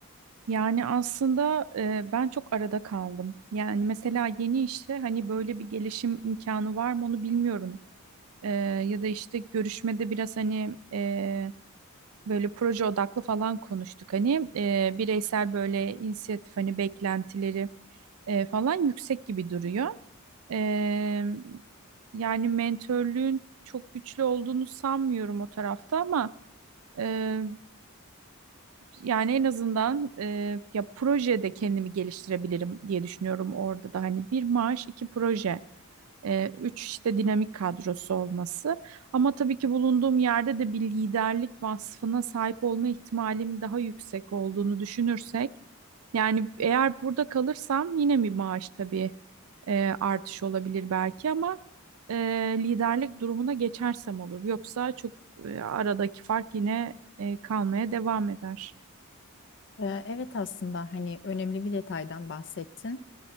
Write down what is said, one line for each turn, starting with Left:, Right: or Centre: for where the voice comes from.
Right: Yani aslında e, ben çok arada kaldım. Yani mesela yeni işte hani böyle bir gelişim imkanı var mı onu bilmiyorum. Ee, ya da işte görüşmede biraz hani e, böyle proje odaklı falan konuştuk. Hani e, bireysel böyle inisiyatif hani beklentileri e, falan yüksek gibi duruyor. Ee, yani mentörlüğün çok güçlü olduğunu sanmıyorum o tarafta ama e, yani en azından e, ya projede kendimi geliştirebilirim diye düşünüyorum orada da hani bir maaş iki proje. E, üç işte dinamik kadrosu olması. Ama tabii ki bulunduğum yerde de bir liderlik vasfına sahip olma ihtimalim daha yüksek olduğunu düşünürsek, yani eğer burada kalırsam yine bir maaş tabii e, artış olabilir belki ama e, liderlik durumuna geçersem olur. Yoksa çok e, aradaki fark yine e, kalmaya devam eder.
Left: Ee, evet aslında hani önemli bir detaydan bahsettin.